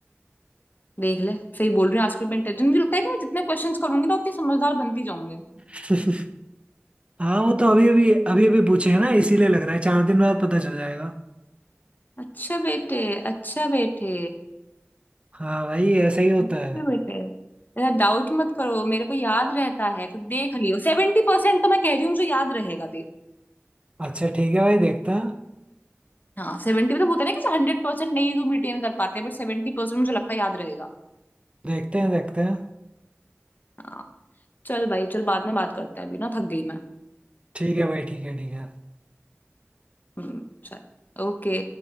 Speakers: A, on the left (about 40°); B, on the right (about 25°).
A: देख ले सही बोल रही हूँ आजकल मैं इंटेलिजेंट मुझे लगता है कि मैं जितने क्वेश्चंस करूंगी ना उतनी समझदार बनती जाऊंगी
B: <laughs> हाँ वो तो अभी अभी अभी अभी पूछे हैं ना इसीलिए लग रहा है चार दिन बाद पता चल जाएगा
A: अच्छा बेटे अच्छा बेटे
B: हाँ भाई ऐसा ही होता
A: अच्छा
B: है
A: बेटे ऐसा डाउट मत करो मेरे को याद रहता है तो देख लियो सेवेंटी परसेंट तो मैं कह रही हूँ मुझे याद रहेगा देख
B: अच्छा ठीक है भाई देखते हैं
A: हाँ सेवेंटी तो बोलते हैं ना कि हंड्रेड परसेंट नहीं तुम रिटेन कर पाते बट सेवेंटी परसेंट मुझे लगता है याद रहेगा
B: देखते हैं देखते हैं
A: हाँ चल भाई चल बाद में बात करते हैं अभी ना थक गई मैं
B: ठीक है भाई ठीक है ठीक है
A: हम्म चल ओके